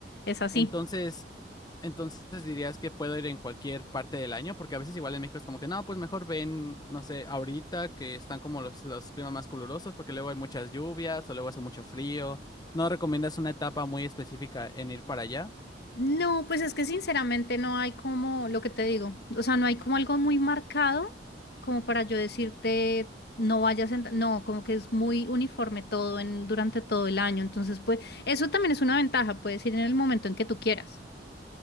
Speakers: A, on the left; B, on the left.
A: es así.
B: Entonces, entonces dirías que puedo ir en cualquier parte del año, porque a veces igual en México es como que no, pues mejor ven, no sé, ahorita que están como los, los climas más calurosos, porque luego hay muchas lluvias o luego hace mucho frío. ¿No recomiendas una etapa muy específica en ir para allá?
A: No, pues es que sinceramente no hay como lo que te digo, o sea, no hay como algo muy marcado como para yo decirte
B: Ujú.
A: no vayas en, no, como que es muy uniforme todo en durante todo el año, entonces pues eso también es una ventaja, puedes ir en el momento en que tú quieras